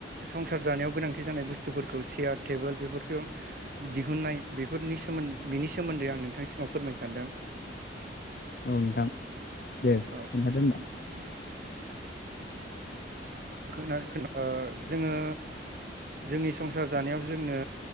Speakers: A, on the right; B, on the left.
A: संसार जानायाव गोनांथि जानाय बुस्थुफोरखौ सियाद टेबोल बेफोरफोरखौ दिहुननाय बेफोरनि सोमद बिनि सोमोन्दै आं नोंथांनि सिगाव फोरमायनो सानदों।
B: औ नोंथां दे खोन्थादो
A: औ
B: होमबा।
A: <inaudible> <unintelligible> ओ जोङो जोंनि संसार जानायाव जोंनो